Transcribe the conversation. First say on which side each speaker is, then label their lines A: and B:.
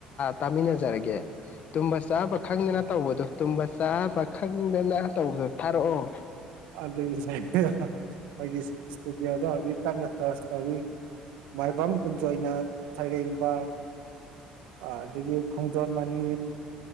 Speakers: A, on the left (about 55°); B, on the right (about 80°).
A: ꯇꯥꯃꯤꯟꯅꯖꯔꯒꯦ ꯇꯨꯝꯕ ꯆꯥꯕ ꯈꯪꯗꯅ ꯇꯧꯕꯗꯣ ꯇꯨꯝꯕ ꯆꯥꯕ ꯈꯪꯗꯅ ꯇꯧꯕꯗꯣ ꯊꯥꯔꯛꯑꯣ
B: ꯑꯗꯨ ꯑꯩꯈꯣꯏꯒꯤ ꯏꯁꯇꯨꯗꯤꯑꯣꯗ ꯍꯧꯖꯤꯛ ꯀꯟꯅ ꯁꯔꯁ ꯇꯧꯋꯤ ꯃꯥꯏꯕꯝ ꯀꯨꯟꯖꯣꯏꯅ ꯁꯩꯔꯦꯡꯕ ꯑꯗꯒꯤ ꯈꯣꯡꯖꯣꯟ ꯃꯅꯤ